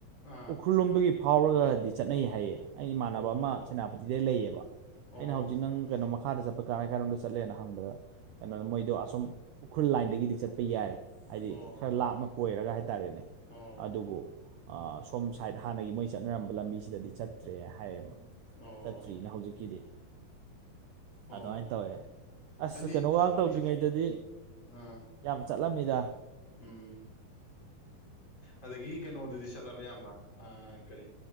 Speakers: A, on the left (about 30°); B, on the right (about 85°).
A: ꯑꯥ
B: ꯎꯈ꯭ꯔꯨꯜ ꯂꯣꯝꯒꯤ ꯐꯥꯎꯔꯒꯗꯤ ꯆꯠꯅꯩ ꯍꯥꯏꯌꯦ ꯑꯩ ꯏꯃꯥꯟꯅꯕ
A: ꯑꯣ
B: ꯑꯃ ꯁꯦꯅꯥꯄꯇꯤꯗꯩ ꯂꯩꯌꯦꯕ
A: ꯑꯣ
B: ꯑꯩꯅ ꯍꯧꯖꯤꯛ ꯅꯪ ꯀꯩꯅꯣꯃ ꯃꯈꯥꯗ ꯆꯠꯄ ꯀꯔꯥꯏ ꯀꯥꯏꯔꯣꯝꯗ ꯆꯠꯂꯦꯅ ꯍꯪꯕꯗ
A: ꯑꯥ
B: ꯀꯩꯅꯣꯗ ꯃꯣꯏꯗꯣ ꯑꯁꯨꯝ ꯎꯈ꯭ꯔꯨꯜ ꯂꯥꯏꯟꯗꯒꯤꯗꯤ ꯆꯠꯄ ꯌꯥꯏ ꯍꯥꯏꯗꯤ
A: ꯑꯣ
B: ꯈꯔ ꯂꯥꯞꯅ ꯀꯣꯏꯔꯒ ꯍꯥꯏꯇꯥꯔꯦꯅꯦ
A: ꯑꯣ
B: ꯑꯗꯨꯕꯨ ꯁꯣꯝ ꯁꯥꯏꯠ ꯍꯥꯟꯅꯒꯤ ꯃꯣꯏ ꯆꯠꯅꯔꯝꯕ ꯂꯝꯕꯤꯁꯤꯗꯗꯤ ꯆꯠꯇ꯭ꯔꯦ ꯍꯥꯏꯌꯦꯕ
A: ꯎꯝ ꯑꯣ
B: ꯆꯠꯇ꯭ꯔꯤꯅ ꯍꯧꯖꯤꯛꯀꯤꯗꯤ
A: ꯑꯣ
B: ꯑꯗꯨꯃꯥꯏꯅ ꯇꯧꯋꯦ ꯑꯁ
A: ꯍꯥꯏꯗꯤ
B: ꯀꯩꯅꯣ ꯋꯥꯡ ꯇꯧꯗ꯭ꯔꯤꯉꯩꯗꯗꯤ
A: ꯍꯧꯖꯤꯛ ꯑꯥ
B: ꯌꯥꯝ ꯆꯠꯂꯝꯃꯤꯗ
A: ꯎꯝ ꯑꯗꯒꯤ ꯀꯩꯅꯣꯗꯨꯗꯤ ꯆꯠꯂꯕ ꯏꯌꯥꯝꯕ ꯑ ꯀꯔꯤ